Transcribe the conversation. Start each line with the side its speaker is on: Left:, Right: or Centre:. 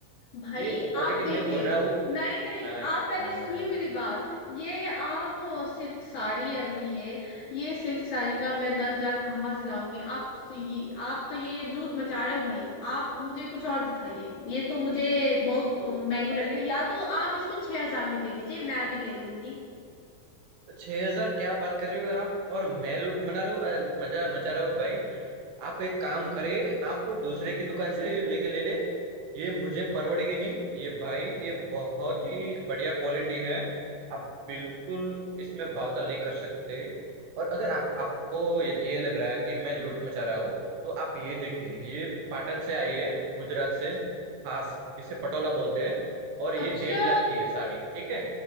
Left: भाई
Right: ये क्वालिटी
Left: आप देखिए
Right: मैं बोल रहा हूँ
Left: नहीं नहीं
Right: नहीं
Left: आप पहले
Right: नहीं
Left: सुनिए
Right: नहीं
Left: मेरी
Right: नहीं
Left: बात ये आप सिल्क साड़ी है भाई ये ये सिल्क साड़ी का मैं दस हजार कहाँ से लाऊंगी आप तो ये आप तो ये लूट मचा रहे हो भाई आप मुझे कुछ और दिखाइए ये तो मुझे बहुत महंगी लग
Right: अरे
Left: रही है या तो आप इसको छह हजार में दे दीजिए मैं अभी ले लूंगी
Right: छह हजार क्या बात कर रहे हो आप और मैं लूट मना रहा हूँ अ, मजा मचा रहा हूँ भाई आप एक काम करें आप दूसरे की दुकान से लेके ले ले ये मुझे परवड़ेगी नहीं ये भाई ये बहुत ही बढ़िया क्वालिटी है आप बिल्कुल इसमें भावताल नहीं कर सकते और अगर आप आपको ये, ये लग रहा है कि मैं लूट मचा रहा हूँ तो आप ये देखिए ये पाटन से आई है गुजरात से खास इसे पटोला बोलते हैं और ये
Left: अच्छा
Right: डेढ़ लाख की है साड़ी ठीक है